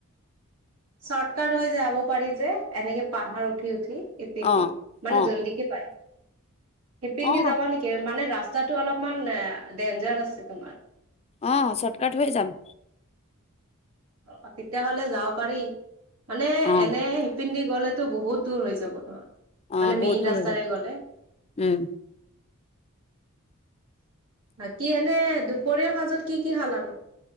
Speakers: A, on the right; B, on the left.
A: চৰ্টকাট হৈ যাব পাৰি যে, এনেকে পাহাৰ উঠি-উঠ। ইপিন
B: অ
A: দি, মানে
B: অ
A: জল্দিকে পায়। সিপিন
B: অ
A: দি যাবা নেকি? মানে ৰাস্তাতো অলপমান এ ডেঞ্জাৰ আছে। তোমাৰ
B: অ চৰ্টকাট হৈ যাম।
A: অ তেতিয়াহলে যাব পাৰি মানে
B: অ
A: এনে শিপিন্দি গলে বহুত দূৰ হৈ যাব তোমাৰ
B: অ
A: মানে
B: বহুত
A: মেইন
B: দূৰ
A: ৰাস্তাৰে
B: হৈ যাম
A: গ'লে।
B: উম
A: বাকী এনে দুপৰীয়াৰ সাজত কি কি খালানো?